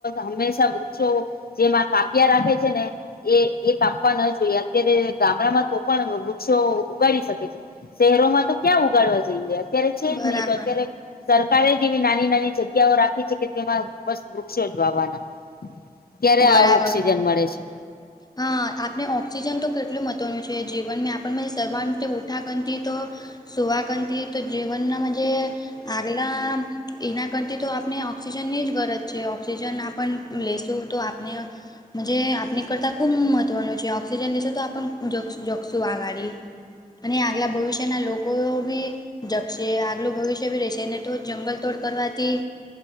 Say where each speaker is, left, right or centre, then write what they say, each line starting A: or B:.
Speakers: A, on the left; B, on the left.
A: હંમેશા વૃક્ષો જેમાં કાપ્યા રાખે છેને. એ એ કાપવા ન જોઈએ અત્યારે ગામડામાં તો પણ વૃક્ષો ઉગાડી શકે છે. શહેરોમાં તો ક્યાં ઉગાડવા જઈએ અત્યારે છે
B: બરાબર
A: જ નહી તો અત્યારે સરકારે જેવી નાની નાની જગ્યાઓ રાખી છે કે તેમાં બસ વૃક્ષો જ વાવાના ક્યારે
B: બરાબર
A: આવું ઓક્સિજન મળે છે.
B: હા આપણે ઓક્સિજન તો કેટલું મહત્ત્વનું છે જીવન મે આપણ સવારતે ઉઠા ગનતી તો સુવાકંથી તો જીવનનાજ આગલા એના કરતી તો આપણે ઓક્સિજનની જ ગરજ છે ઓક્સિજન આપણ લેશું તો આપણે જ આપણી કરતાં ખૂબ મહત્વનું છે, ઓક્સિજન લેશો તો આપ જોખશું આઘાડી અને આગલા ભવિષ્યના લોકો બી જકશે આગલું ભવિષ્ય બી રેશે તો જંગલ તોડ કરવાથી.